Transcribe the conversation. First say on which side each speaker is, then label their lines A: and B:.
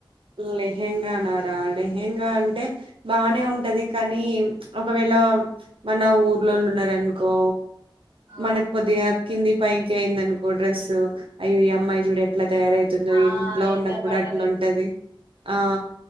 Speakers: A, on the right (about 80°); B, on the right (about 25°).
A: లెహెంగా నారా లెహెంగా అంటే బానే ఉంటది కానీ ఒకవేళ మన ఊర్లోళు ఉన్నారనుకో
B: ఆ
A: మన కొదిగా కింది పైకి అయింది అనుకో డ్రస్సు అయ్య అమ్మాయి చూడు ఎట్లా తయారవుతుందో
B: ఆ
A: ఇంట్లో
B: ఎట్ట
A: ఉన్నప్పుడు
B: బట్టలు
A: అట్లాంటుది
B: వేసు
A: ఆ